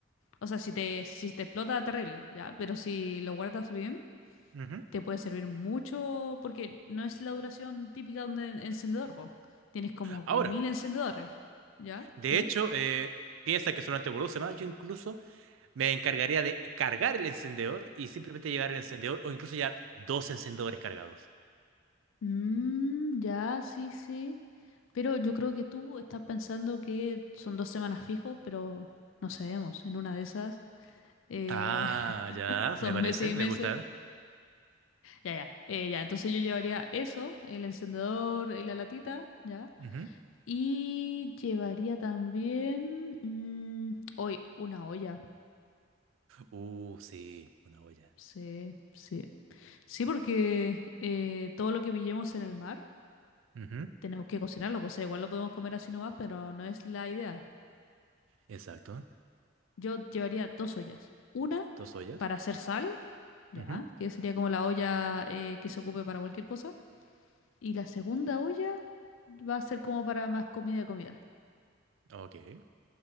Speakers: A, on the left; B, on the right.
A: O sea, si te, si te explota, terrible, ya. Pero si lo guardas bien,
B: Ujú.
A: te puede servir mucho porque no es la duración típica de un en- encendedor, po. Tienes como que
B: Ahora,
A: mil encendedores, ¿ya?
B: de
A: ¿Qué?
B: hecho, eh, piensa que solamente por dos semanas yo incluso me encargaría de cargar el encendedor y simplemente llevar el encendedor o incluso llevar dos encendedores cargados.
A: Mm, ya, sí, sí. Pero yo creo que tú estás pensando que son dos semanas fijo, pero no sabemos. En una de esas eh,
B: Ah, ya,
A: <laughs> son
B: me parece,
A: meses y
B: me
A: meses.
B: gusta.
A: Ya, ya. eh, ya, entonces yo llevaría eso, el encendedor y la latita, ya.
B: Ujú.
A: Y llevaría también mm, hoy una olla.
B: Uh, sí, una olla.
A: Sí, sí. Sí, porque eh, todo lo que pillemos en el mar
B: Ujú,
A: tenemos que cocinarlo. pues, O sea, igual lo podemos comer así nomás, pero no es la idea.
B: Exacto,
A: Yo llevaría dos ollas. Una
B: dos ollas.
A: para hacer sal, ya,
B: Ujú,
A: que sería como la olla eh, que se ocupe para cualquier cosa. Y la segunda olla va a ser como para más comida, comida.
B: Ok.